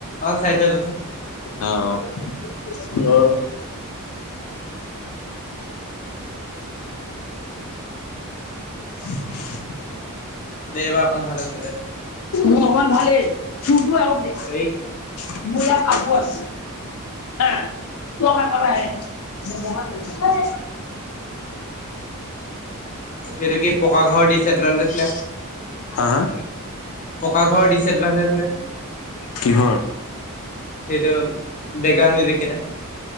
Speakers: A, on the left (about 35°); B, on the left (about 65°).
A: অক চাই যোন
B: অ <inaudible>
A: দে বাাপন ভাল ত
B: মহান ভালে শুকলো এ দে
A: এই
B: <unintelligible> <unintelligible>
A: সেইটো কি পকা ঘৰ দিছে দলছ নে
B: হা
A: পকা ঘৰৰ দিছে এডভানটেজ নে
B: কিহৰ
A: <unintelligible>